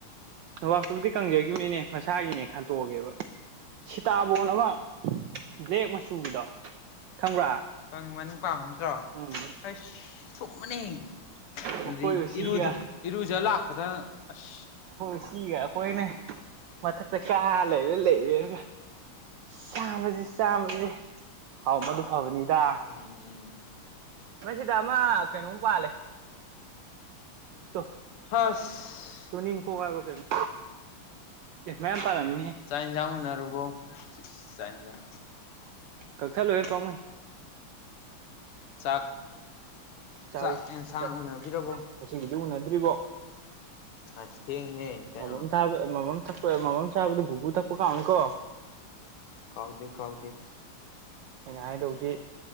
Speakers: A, on the right; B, on the left.
A: ꯅꯕꯥꯞꯇꯨꯕꯨꯗꯤ ꯀꯪꯖꯒꯤꯝꯃꯤꯅꯦ ꯃꯁꯥꯒꯤꯅꯦ ꯈꯟꯇꯣꯛꯑꯒꯦꯕ ꯁꯤꯇꯥꯕꯣꯟ ꯑꯃꯥ ꯕꯂꯦꯛ ꯃꯆꯨꯒꯤꯗꯣ ꯈꯪꯕ꯭ꯔꯥ
B: ꯈꯪꯉꯤ ꯃꯅꯨꯤꯡ ꯄꯥꯟꯕ ꯅꯠꯇ꯭ꯔꯣ
A: ꯎꯝ
B: ꯍꯩꯁ ꯊꯨꯝꯕꯅꯦ ꯑꯗꯨꯗꯩ
A: ꯑꯩꯈꯣꯏ ꯎꯆꯤꯒ
B: ꯏꯔꯨꯖ ꯏꯔꯨꯖ ꯂꯥꯛꯄꯥꯗ ꯑꯁ
A: <unintelligible> ꯁꯤꯒ ꯑꯩꯈꯣꯏꯅꯦ ꯃꯊꯛꯇ ꯀꯥ ꯂꯩꯔꯦ ꯂꯩꯔꯦꯒ ꯆꯥꯕꯖꯤ ꯆꯥꯕꯖꯤ ꯍꯥꯎ ꯃꯗꯨ ꯐꯕꯅꯤꯗ
B: ꯎꯝ
A: ꯅꯣꯏꯁꯤꯗ ꯑꯃ ꯀꯩꯅꯣꯝ ꯄꯥꯜꯂꯦ ꯇꯨ
B: ꯍꯁ
A: ꯇꯨꯅꯤꯡꯈꯣꯛ ꯍꯣꯏꯕ꯭ꯔꯥ ꯀꯩꯅꯣ ꯑꯦ ꯃꯌꯥꯝ ꯄꯥꯜꯂꯝꯃꯤꯅꯦꯍꯦ
B: ꯆꯥꯛ ꯏꯟꯖꯥꯡ ꯎꯅꯔꯕꯣ ꯏꯁ ꯆꯥꯛ ꯏꯟꯖꯥꯡ
A: ꯀꯛꯊꯠꯂꯣꯍꯦ ꯄꯥꯝꯃꯨꯏ
B: ꯆꯥꯛ
A: ꯆꯥꯔꯤꯁꯦ
B: ꯆꯥꯛ ꯑꯦꯟꯁꯥꯡ
A: ꯆꯠ
B: ꯎꯅꯕꯤꯔꯕꯣ
A: ꯃꯁꯤꯒꯤꯖꯨ ꯎꯅꯗ꯭ꯔꯤꯕꯣ
B: ꯑꯁ ꯊꯦꯡꯉꯤꯍꯦ ꯀꯩꯅꯣ
A: ꯃꯥꯃꯝ ꯊꯥꯕ ꯃꯃꯝ ꯊꯛꯄ ꯃꯃꯝ ꯆꯥꯕꯗ ꯒꯨꯒꯨ ꯊꯛꯄ ꯀꯥꯎꯅꯤꯀꯣ
B: ꯀꯥꯎꯗꯦ ꯀꯥꯎꯗꯦ
A: ꯑꯩꯅ ꯍꯥꯏꯗꯧꯗꯤ